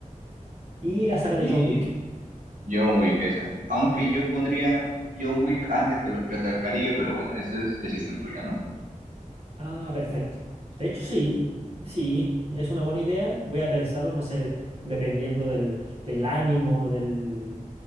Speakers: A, on the right (about 45°); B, on the right (about 70°).
A: Y la saga de
B: Y
A: John Wick.
B: John Wick es así. Aunque yo pondría John Wick antes que los Piratas del Caribe, pero bueno, esa es decisión tuya, ¿no?
A: Ah, perfecto. De hecho, sí, sí, es una buena idea. Voy a pensar, no sé, dependiendo del, del ánimo, del,